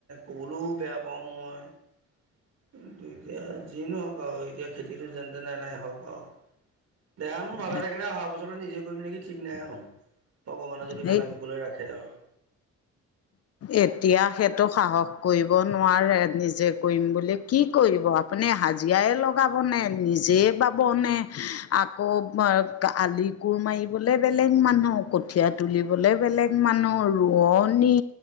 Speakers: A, on the right (about 55°); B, on the left (about 55°).
A: ক'বলৈও বেয়া পাওঁ মই। কিন্তু এতিয়া যি নহওক আৰু, এতিয়া খেতিটো যেন তেনে এদাই হওঁক আৰু, দেহা মোৰ ভালে
B: তাক
A: থাকিলে অহা বছৰলে নিজে কৰিম নেকি ঠিক নাই আৰু, ভগৱানে যদি
B: সেই
A: ভালে কুশলে ৰাখে আৰু
B: এতিয়া সেইটো সাহস কৰিব নোৱাৰে। নিজে কৰিম বুলি, কি কৰিব আপো আপুনি হাজিৰা লগাবনে, নিজে পাবনে আকৌ আলি কোৰ মাৰিবলৈ বেলেগ মানুহ, কঠীয়া তুলিবলৈ বেলেগ মানুহ, ৰোৱনী